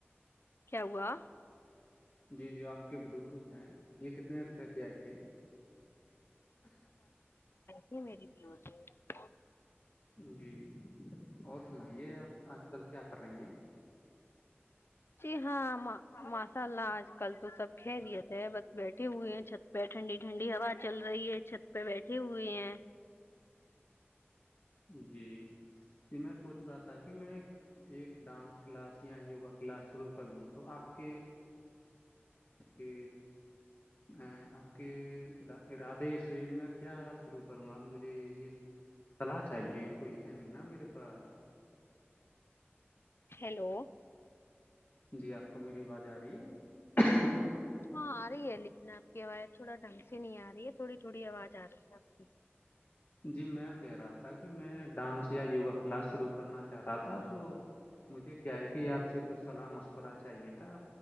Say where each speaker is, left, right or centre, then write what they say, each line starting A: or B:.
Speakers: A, on the left; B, on the left.
A: کیا ہوا
B: جی جی آپ کے بلوٹوتھ ہیں یہ کتنے روپے کی آئے تھی
A: یہ میری بلوز ہے
B: جی اور سنائیے آپ آج کل کیا کر رہی ہیں
A: جی ہاں اللہ اج کل تو سب خیریت بس بیٹے ہوئے ہیں چھت پہ ٹھنڈی ٹھنڈی ہوا چل رہی ہے چھت پہ بیٹھی ہوئے ہیں
B: جی میں سوچ رہا تھا کہ میں ایک ڈانس کلاس یا یوگا کلاس شروع کر لوں تو آپ کے کہ ا آپ کے ارادے سے میں کیا شروع کروں گا اپ مجھے یہ صلا چاہیے کوئی ہے نہیں نا میرے پاس
A: ہیلو
B: جی اپ کو میری اواز جا رہی ہے
A: ہاں آ رہی ہے لیکن آپ کی آواز تھوڑا ڈھنگ سے نہیں آ رہی ہے تھوڑی تھوڑی آواز آ رہی ہے آپ کی
B: جی میں کہہ رہا تھا کہ میں ڈانس یا یوگا کلاس شروع کرنا چاہ رہا تھا تو مجھے کیا ہے کہ آپ سے کچھ صلاح مشورہ چاہیے تھا